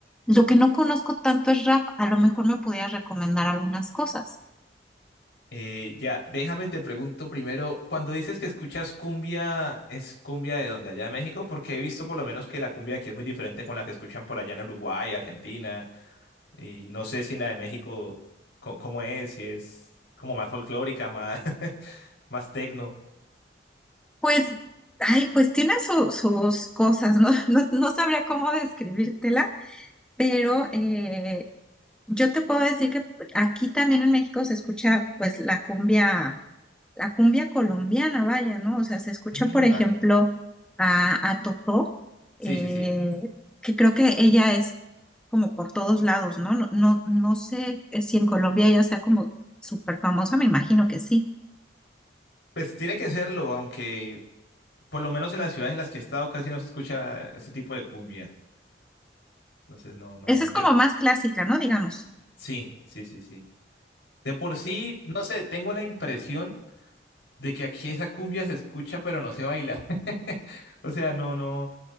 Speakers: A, in the centre; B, on the left.
A: Lo que no conozco tanto es rap, a lo mejor me pudieras recomendar algunas cosas.
B: Eh, ya, déjame te pregunto primero, cuando dices que escuchas cumbia, ¿es cumbia de donde allá de México? Porque he visto por lo menos que la cumbia aquí es muy diferente con la que escuchan por allá en Uruguay, Argentina, y no sé si en la de México, co- ¿cómo es? Si es como más folclórica, más, <laughs> más tecno.
A: Pues, ay, pues tiene su- sus cosas, ¿no? <laughs> No, no sabría cómo describírtela, pero eh, yo te puedo decir que aquí también en México se escucha pues la cumbia, la cumbia colombiana, vaya, ¿no? O sea, se escucha,
B: Mm,
A: por ejemplo,
B: vale.
A: a, a Totó, eh,
B: Sí, sí, sí.
A: que creo que ella es como por todos lados, ¿no? No, no, no sé eh, si en Colombia ella sea como súper famosa, me imagino que sí.
B: Pues tiene que serlo, aunque por lo menos en las ciudades en las que he estado casi no se escucha ese tipo de cumbia. Entonces, no, no,
A: Esa es
B: yo.
A: como más clásica, ¿no? Digamos.
B: Sí, sí, sí, sí. De por sí, no sé, tengo la impresión de que aquí esa cumbia se escucha pero no se baila. <laughs> O sea, no, no,